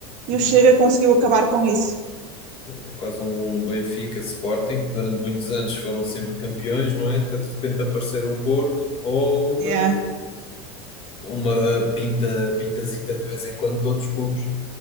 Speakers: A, on the left; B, on the right.
A: Uhum.
B: E o Chega conseguiu acabar com isso.
A: É quase um Benfica Sporting, que durante muitos anos foram sempre campeões, não é? Até de repente aparecer um Porto ou uma
B: Yeah.
A: uma pinta, pintazita de vez em quando de outros clubes,